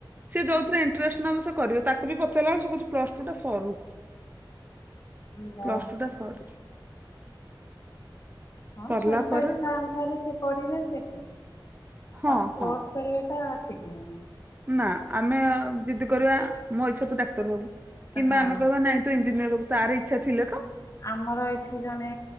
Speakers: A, on the right; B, on the left.
A: ସିଏ ଯୋଉଥିରେ ଇଣ୍ଟରେଷ୍ଟ ନବ ସେ କରିବ ତାକୁ ବି ପଚାରିଲା ଆଳୁ ସିଏ କୋହୁଚି ପ୍ଲସ ଟୁ ଟା ସରୁ।
B: ଯା
A: ପ୍ଲସ ଟୁ ଟା ସରୁ।
B: ହଁ
A: ସରିଲା
B: ଛୁଆଙ୍କ
A: ପରେ
B: ଇଚ୍ଛା ଅନୁସାରେ ସେ ପଢିବେ ସିଏ ଠିକ୍ ଆଉ
A: ହଁ
B: ତାଙ୍କୁ ସୋର୍ସ
A: ହଁ
B: କରିବାଟା। ଠିକ ନୁହେଁ।
A: ନା ଆମେ ଯିଦି କରିବା ମୋ ଇଚ୍ଛା ତୁ ଡାକ୍ତର ହୋବୁ। କିମ୍ବା
B: ହଁ।
A: ଆମେ କହିବା ନାଇଁ ତୁ ଇଞ୍ଜିନିୟର ହୋବୁ ତାର ଇଚ୍ଛା ଥିଲେ ତ।
B: ଆମର ଏଇଠି ଜଣେ